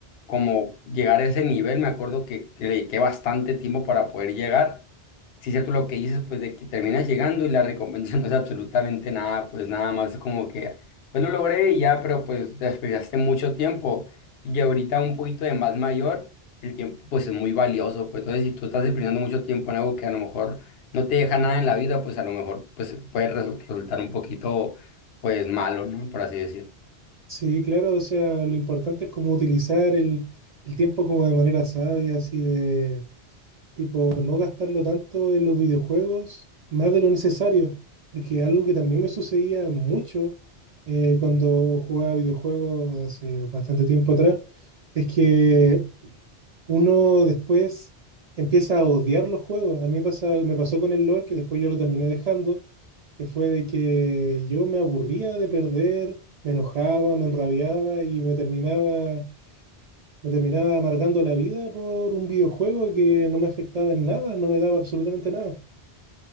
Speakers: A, on the left; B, on the right.
A: como llegar a ese nivel, me acuerdo que, que le dediqué bastante tiempo para poder llegar. Si es cierto lo que dices, pues, de que terminas llegando y la recompensa <laughs> no es absolutamente nada, pues, nada más como que, pues, lo logré y ya, pero, pues, desperdiciaste mucho tiempo. Y ahorita un poquito de más mayor, el tiempo, pues, es muy valioso, pues, entonces, si tú estás desperdiciando mucho tiempo en algo que a lo mejor no te deja nada en la vida, pues, a lo mejor, pues, puede resu- resultar un poquito, pues, malo, ¿no? Por así decirlo.
B: Sí, claro, o sea, lo importante es como utilizar el, el tiempo como de manera sabia, así de Tipo, no gastarlo tanto en los videojuegos, más de lo necesario, porque algo que también me sucedía mucho eh, cuando jugaba videojuegos hace bastante tiempo atrás, es que uno después empieza a odiar los juegos. A mí me pasa, me pasó con el LOL, que después yo lo terminé dejando, que fue de que yo me aburría de perder, me enojaba, me enrabiaba y me terminaba me terminaba amargando la vida por un videojuego que no me afectaba en nada, no me daba absolutamente nada.